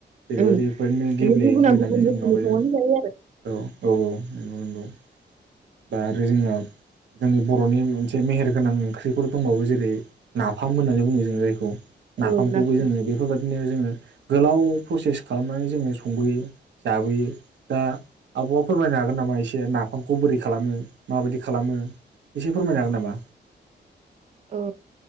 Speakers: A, on the right; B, on the right.
A: जेरैबायदि
B: ओं
A: बेफोरनो गेब्ले
B: माने गुबुना
A: होनानै
B: गुबुन
A: जोङ
B: रोखोमै
A: माबायो
B: संनानै जायो आरो
A: औ औ औ। नंगौ । दा आरो जोंहा जोंनि बर'नि मोनसे मेहेर गोनां ओंख्रिफोर दंबावो जेरै नाफाम होननानै बुङो जों जायखौ। नाफामखौबो
B: औ नाफाम
A: जोङो बेफोरबायदिनो जोङो गोलाव प्रसेस खालामनानै जोङो संबोयो जाबोयो दा आब'आ फोरमायनो हागोन नामा एसे नाफामखौ बोरै खालामो माबायदि खालामो एसे फोरमायनो हागोन नामा?
B: औ